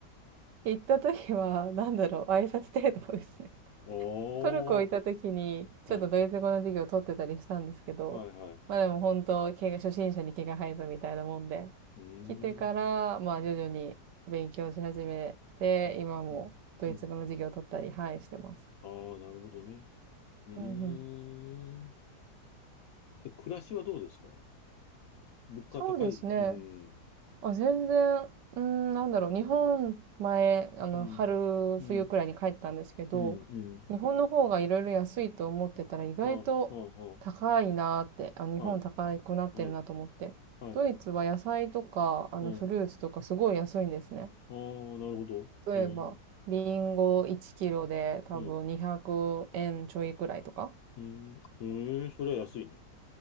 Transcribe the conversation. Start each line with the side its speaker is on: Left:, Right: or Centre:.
Right: 行った時は、なんだろう、挨拶程度ですね。
Left: おー。
Right: トルコ行った時に、ちょっとドイツ語の授業を取ってたりしたんですけど、
Left: はい。はい、はい。う
Right: まあでも本当、毛が、初心者に毛が生えたみたいなもんで、
Left: ーん。
Right: 来てから、まあ徐々に勉強し始めて、
Left: うん、
Right: 今もドイツ語の授業を取ったり、
Left: うん、うん。
Right: はい、してます。
Left: ああ、なるほどね。うーん。
Right: うんうん。
Left: え、暮らしはどうですか物価高い。
Right: そうですね。
Left: うん。
Right: あ、全然、うーん、なんだろう、日本前、あの、
Left: うん。
Right: 春、
Left: うん。
Right: 冬くらいに帰ったんですけど、
Left: うん。うん。
Right: 日本の方がいろいろ安いと思ってたら意外と高いなーって、
Left: ああ、あ
Right: あ、日本高くなってるなと思って。
Left: あ、ああはい。はい。
Right: ドイツは野菜とか、
Left: はい、はい。
Right: あの、
Left: うん。
Right: フルーツとかすごい安いんですね。
Left: ああ、なるほど。
Right: 例えば、
Left: へえ。
Right: リンゴ1キロで多分200円ちょいくらいとか。
Left: うん。うん。ええ、それは安いね。